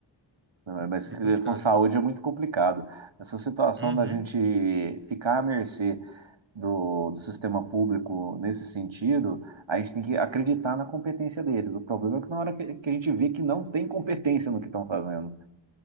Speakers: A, on the right (about 80°); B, on the right (about 25°).
A: né? Mas
B: É
A: eh,
B: complicado.
A: com saúde é muito complicado. Essa situação
B: Uhum.
A: da gente ficar à mercê do, do sistema público nesse sentido, a gente tem que acreditar na competência deles. O problema é que na hora que, que a gente vê que não tem competência no que estão fazendo.